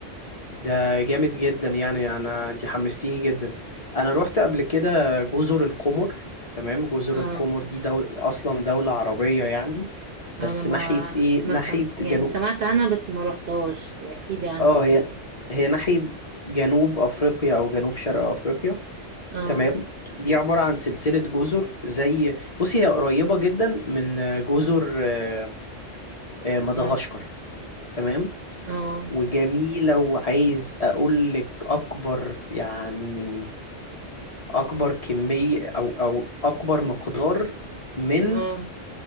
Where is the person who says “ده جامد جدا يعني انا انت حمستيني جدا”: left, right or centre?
Left